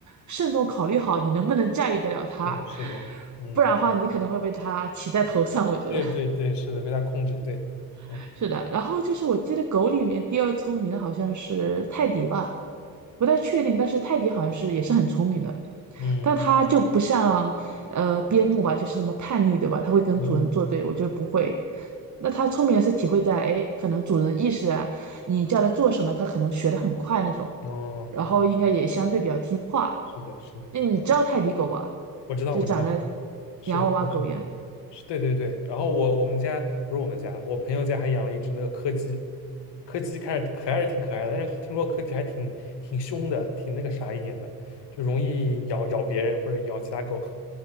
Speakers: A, on the right; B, on the left.
A: 慎重考虑好你能不能驾驭得了它，
B: 是的，是的，嗯，
A: 不然的话，你可能会被它骑在头上。我觉得
B: 对对对，是的，被他控制，对，
A: <laughs>
B: 嗯
A: 是的。然后就是我记得狗里面第二聪明的好像是泰迪吧，不太确定，但是泰迪好像是也是很聪明的。
B: 嗯
A: 但它就不像呃边牧吧，就是那么叛逆，对吧？它会跟主人作对，
B: 嗯，
A: 我觉得不会。那它聪明是体会在，哎，可能主人意识啊，你叫它做什么，它可能学得很快那种，
B: 哦，
A: 然后应该也相对比较听话。
B: 是的，是的，
A: 那你知道泰迪狗吧？
B: 我知道，
A: 就长得
B: 我知道，我是的，
A: 洋娃娃狗一样。
B: 我知道。是对对对，然后我我们家不是我们家，我朋友家还养了一只那个柯基，柯基看着可爱是挺可爱的，但是听说柯基还挺挺凶的，挺那个啥一点的，就容易咬咬别人或者咬其他狗。